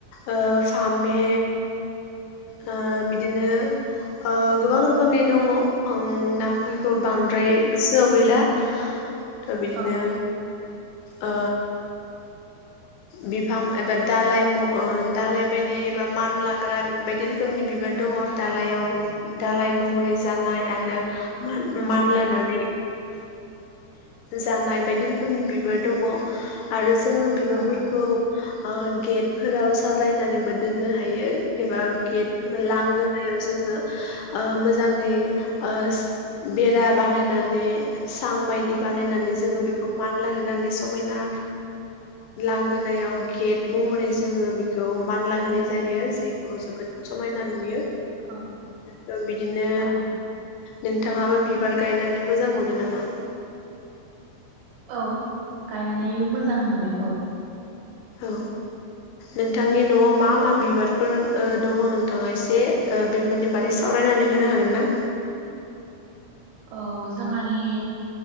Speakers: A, on the left (about 80°); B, on the right (about 80°).
A: ओ फामे ओ बिदिनो ओ गोबां रोखोम खोमनि दङ आं नाम फोरखौ बांद्राय
B: औ
A: सोआव गैला। थ बिदिनो
B: औ
A: ओ बिफां एबा दालाय म ओ दालाय बायदि एबा मान लाग्रा बायदि रोखोमनि बिबार दङ दालायावबो दालाइ महरै जानाय आरो मान
B: औ
A: मानलानानै जानाय बायदि रोखोमनि बिबार दङ आरो जोङो बिबारफोरखौ
B: औ
A: ओ गेटफोराव साजायनानैबो दोननो हायो एबा गेटबो लांगोन गोनायाव जोङो ओ मोज मोजाङै ओ बेरा बानायनानै सां बाय बानायनानै जोङो बेखौ मान मानला होनानै समायना लांगोनायाव गेट महरै जोङो बेखौ मानला होनाय जायो जायखौ जोबोद समायना नुयो
B: औ
A: द बि बिदिनो
B: औ
A: नोंथाङाबो बिबार गायनानै मोजां मोनो नामा
B: औ गायनानै मोजां मोनो औ
A: औ नोंथांनि न'आव मा मा बिबारफोर दङ नोंथाङा एसे बेफोरनि बार सावरायनानै होनो हागोन ना
B: औ जोंहानि